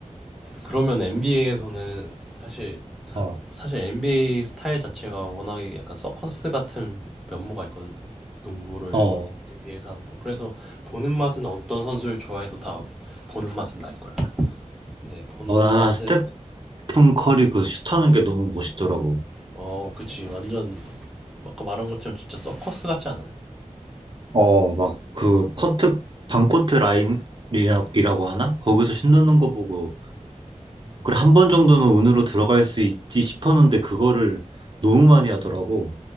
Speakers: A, in the centre; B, on the right.
A: 그러면 NBA에서는 사실 사,
B: 어,
A: 실 NBA 스타일 자체가 워낙에 약간 서커스 같은 면모가 있거든. 농구를
B: 어,
A: NBA에서 하는 건. 그래서 보는 맛은 어떤 선수를 좋아해도 다 보는 맛은 날 거야. 네, 보는
B: 어,
A: 맛은
B: 나나 스테픈 커리 그 슛하는 게 너무 멋있더라고.
A: 어, 그치. 완전 아까 말한 것처럼 진짜 서커스 같지 않아?
B: 어, 막 그 커트 반코트 라인이라고 하나? 거기서 슛 넣는 거 보고
A: 음,
B: 그래 한 번 정도는 운으로 들어갈 수 있지 싶었는데 그거를 너무 많이 하더라고.